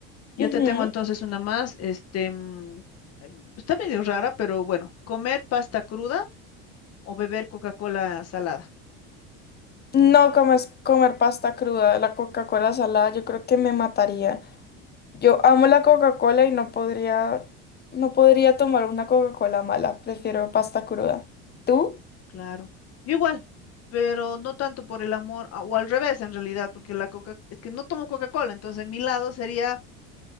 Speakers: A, on the left; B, on the left.
A: Yo
B: ujú.
A: te tengo entonces una más, este, mm, em, está medio rara, pero bueno, comer pasta cruda o beber Coca-Cola salada,
B: No comes- comer pasta cruda, la Coca-Cola salada, yo creo que me mataría. Yo amo la Coca-Cola y no podría, no podría tomar una Coca-Cola mala. Prefiero pasta cruda. ¿Tú?
A: claro. Yo igual, pero no tanto por el amor, a- o al revés en realidad, porque la Coca, es que no tomo Coca-Cola, entonces mi lado sería,